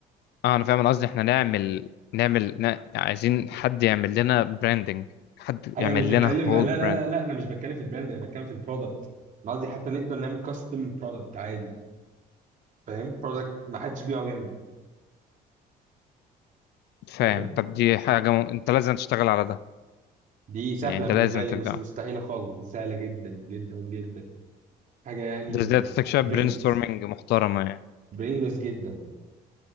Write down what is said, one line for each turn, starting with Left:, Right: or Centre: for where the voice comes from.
Left: اه انا فاهم أنا قصدي احنا نعمل نعمل ن... عايزين حد يعمل لنا براندنج حد
Right: اي
Left: يعمل
Right: انا مش بتكلم
Left: لنا هول
Right: لا لا
Left: براند
Right: لا لا انا مش بتكلم في البراند انا بتكلم في البرودكت انا قصدي حتى نقدر نعمل كاستم برودكت عادي فاهم برودكت ما حدش بيبيعه غيرنا
Left: فاهم
Right: فاهم
Left: طب دي حاجة م... انت لازم تشتغل على ده
Right: دي سهلة
Left: يعني ده
Right: بالنسبة
Left: لازم
Right: لي
Left: تبدأ
Right: مش مستحيلة خالص دي سهلة جدا جدا جدا حاجة يعني
Left: ده ازاي تحتاج شوية
Right: برينلس
Left: برين ستورمنج محترمة يعني
Right: برينلس جدا يعني